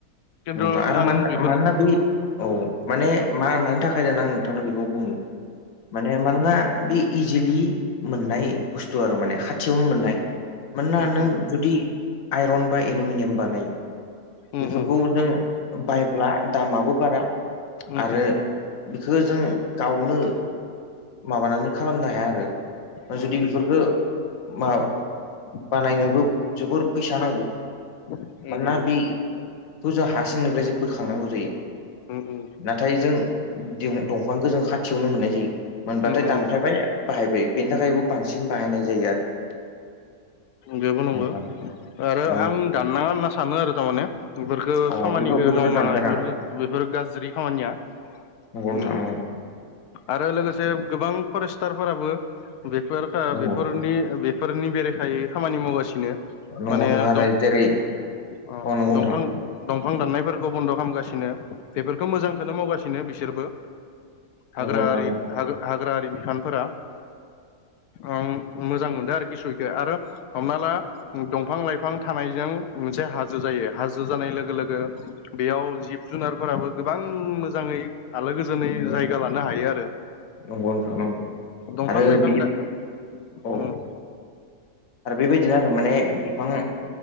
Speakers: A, on the left (about 80°); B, on the left (about 65°).
A: खिन्थु
B: नोंथां आरो
A: आं
B: मानो
A: बेफोरखौ
B: मानोना बे औ माने मा मानि थाखाय दा आं नोंथांनो बेखौ बुंनि। माने मानोना बि इजिलि मोननाय बुस्थु आरो माने खाथियावनो मोननाय। मानोना
A: उम
B: नों जुदि आइरन बा एलमिनियाम बानायो।
A: उ
B: बेफोरखौ
A: उ
B: जों बायब्ला दामाबो बारा
A: उम उम
B: आरो बिखो जों गावनो माबानानै खालामनो हाया आरो
A: उम
B: जुदि बेफोरखौ मा बानायनोबो जोबोर फैसा नांगौ
A: उम
B: मानोना
A: उम उम
B: बे बेखौ जों हा सिंनिफ्रायसो बोखांनांगौ जायो
A: उ उ
B: नाथाय जों दंफांखौ जों खाथियावनो मोननाय जायो मोनबाथाय
A: उम
B: दान
A: उम
B: <unintelligible> बाहायबाय बेनि थाखायबो बांसिन बाहायनाय जायो आरो
A: बेबो नंगौ
B: नोंथां
A: आरो
B: नंगौ
A: आं दाननाङा होनना सानो आरो थारमाने बेफोरखौ
B: अ
A: खामानिखौ
B: बेखौ बेखौथ'
A: मावनाङा
B: दानफायनाङा
A: बेफोर बेफोर गाज्रि खामानिया
B: नंगौ नोंथां
A: उम
B: नांगौ
A: आरो लोगोसे गोबां फरेस्टारफोराबो बेफोर ओ
B: नंगौ
A: बेफोरनि फोरनि बेरेखायै खामानि मावगासिनो
B: नंगौ
A: माने
B: नंगौ नोंथां आरो
A: दं
B: जेरै
A: अ
B: नंगौ
A: दंफां
B: नोंथां
A: दंफां दाननायफोरखौ बन्द' खालामगासिनो बेफोरखौ मोजांखौनो मावगासिनो बिसोरबो हाग्रा
B: नंगौ नोंथां नंगौ
A: हाग्राारि बिफानफोरा आं मोजां मोनदों आरोखि <unintelligible> हमना ला दंफां लाइफां थानायजों मोनसे हाजो जायो हाजो जानाय लोगो लोगो बेयाव जिब जुनारफोराबो गोबां मोजाङै आलो गोजोनै
B: नंगौ
A: जायगा लानो हायो आरो
B: नंगौ नोंथां नंगौ
A: दंफां
B: आरो
A: लाइफां
B: बिदि
A: दा
B: औ
A: उ
B: आरो बेबोदि आरो माने बिफां